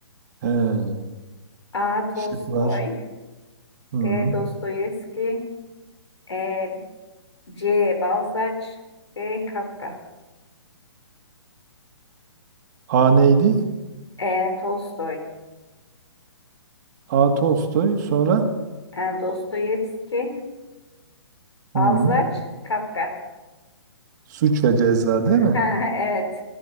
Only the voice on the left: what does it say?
A. Tolstoy,
B. Dostoyevski, E, C. Balzac D. Kafka
E. Tolstoy
e, Dostoyevski Balzac
Kafka
Ha, evet